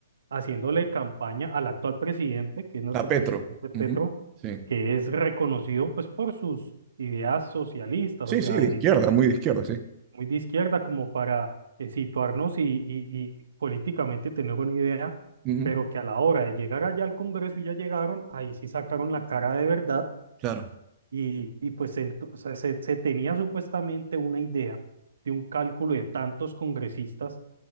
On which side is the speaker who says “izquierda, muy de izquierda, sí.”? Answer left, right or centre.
Right